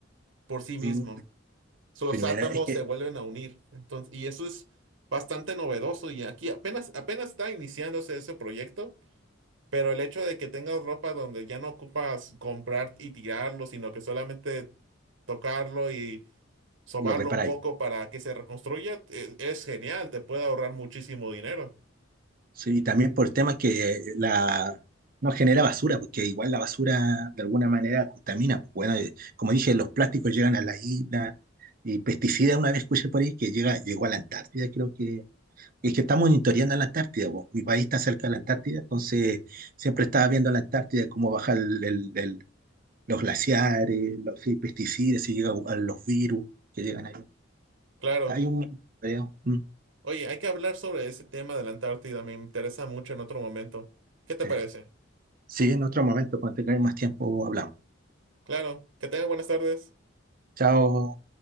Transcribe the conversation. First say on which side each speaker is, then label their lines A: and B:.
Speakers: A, on the right; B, on the right.
A: por sí mismo.
B: Mm,
A: So, Los
B: Primera
A: átomos
B: es que
A: se vuelven a unir. Entonces, y eso es bastante novedoso y aquí apenas, apenas está iniciándose ese proyecto, pero el hecho de que tengas ropa donde ya no ocupas comprar y tirarlo, sino que solamente tocarlo y sobarlo
B: lo reparáis.
A: un poco para que se reconstruya, e- es, genial, te puede ahorrar muchísimo dinero.
B: Sí, y también por temas que la, no genera basura, porque igual la basura de alguna manera contamina. pues, Bueno, eh, como dije, los plásticos llegan a la isla y pesticidas, una vez escuché por ahí que llega, llegó a la Antártida, creo que. Es que estamos monitoreando a la Antártida, po. Mi país está cerca de la Antártida, entonces siempre estaba viendo a la Antártida cómo bajar el- el- el- los glaciares, los si hay pesticidas, si llegan a los virus que llegan ahí.
A: Claro.
B: Hay un. creo. Mm,
A: Oye, hay que hablar sobre ese tema de la Antártida, me interesa mucho en otro momento. ¿Qué te
B: sí.
A: parece?
B: Sí, en otro momento, cuando tengáis más tiempo, hablamos.
A: Claro, que tenga buenas tardes.
B: Chao.